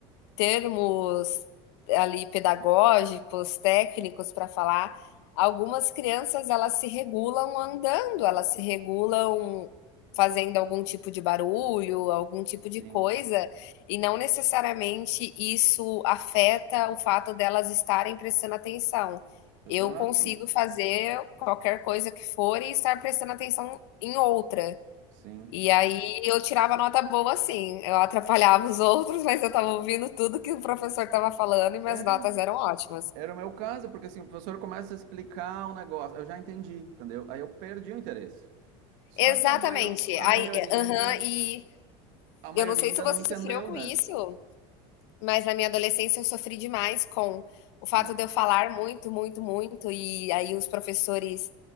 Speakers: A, on the left; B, on the right.
A: termos ali pedagógicos, técnicos para falar. Algumas crianças elas se regulam andando, elas se regulam fazendo algum tipo de barulho, algum tipo
B: Sim,
A: de coisa, e não necessariamente isso afeta o fato delas estarem prestando atenção.
B: exato.
A: Eu consigo fazer qualquer coisa que for e estar prestando atenção em outra.
B: Sim.
A: E aí eu tirava nota boa assim, eu atrapalhava os outros, mas eu estava ouvindo tudo que o professor estava falando e minhas
B: É,
A: notas eram ótimas.
B: era o meu caso, porque assim, o professor começa a explicar o negócio, eu já entendi, entendeu? Aí eu perdi o interesse. Só
A: Exatamente.
B: que a, maio- a
A: Aí,
B: maioria
A: é, aham,
B: ainda,
A: e
B: a maioria
A: eu não sei
B: ainda
A: se você
B: não entendeu,
A: sofreu com
B: né?
A: isso, mas na minha adolescência eu sofri demais com
B: Sim,
A: o fato de eu falar muito, muito, muito, e aí os professores